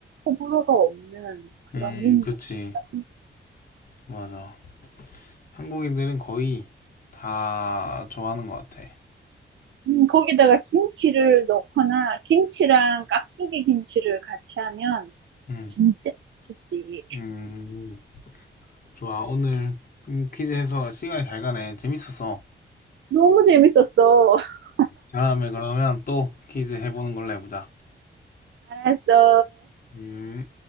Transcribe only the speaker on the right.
호불호가 없는 그런
메뉴가
있습니다.
음, 거기다가 김치를 넣거나 김치랑 깍두기 김치를 같이 하면
진짜 맛있지.
너무 재밌었어. <laughs>
알았어.